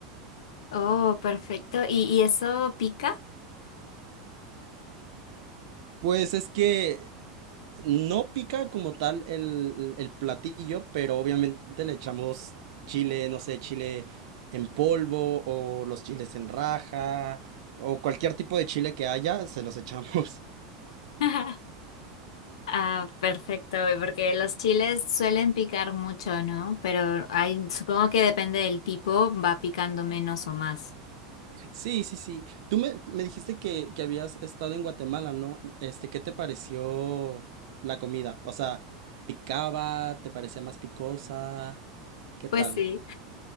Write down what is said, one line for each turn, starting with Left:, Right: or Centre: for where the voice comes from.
Left: Oh, perfecto. ¿Y, y eso pica?
Right: Pues es que no pica como tal el, el platillo, pero obviamente le echamos chile, no sé, chile en polvo o los chiles en raja o cualquier tipo de chile que haya, se los echamos. <laughs>
Left: <laughs> Ah, perfecto, porque los chiles suelen picar mucho, ¿no? Pero hay, supongo que depende del tipo, va picando menos o más.
Right: Sí, sí, sí. Tú me, me dijiste que, que habías estado en Guatemala, ¿no? Este, ¿qué te pareció la comida? O sea, ¿picaba? ¿Te parecía más picosa? ¿Qué
Left: Pues
Right: tal?
Left: sí.